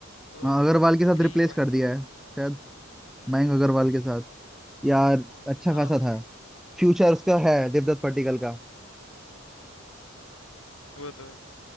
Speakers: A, on the left; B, in the centre.
A: तो
B: हाँ, अग्रवाल के साथ
A: यही
B: रिप्लेस
A: है भाई
B: कर दिया है शायद
A: हम्म
B: मयंक अग्रवाल के साथ यार अच्छा
A: हाँ
B: खासा
A: भाई
B: था फ्यूचर उसका है देवदत्त
A: बिल-
B: पट्टिकल का
A: हम्म, वो तो है